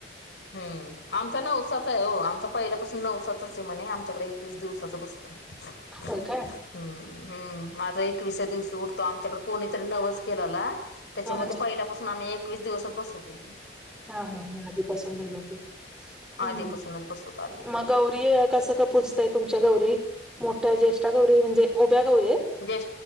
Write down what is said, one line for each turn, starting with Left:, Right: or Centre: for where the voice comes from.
Left: हम् आमचा नवसाच आहे हो आमचा पहिल्यापासून नवसाातच आहे म्हणे आमच्याकडे एकवीस दिवसाच बसत हम्म
Centre: होय काय
Left: हम्म माझा एकविसाच्या दिवशी उठतो आमच्याकडे कोणी नवस केलाला
Centre: अक्षरांच्या
Left: त्याच्यामुळे पहिल्यापासून आम्ही एकवीस दिवसात बसतय
Centre: हा हा म आधी पस ब नव्हते
Left: आधीपासूनच
Centre: हम्म
Left: बसवत आलेले
Centre: मग गौरी कसं का पुूजतय तुमच्या गौरी मोठ्या ज्येष्ठ गौरी म्हणजे उभ्या गौरी आहेत
Left: जे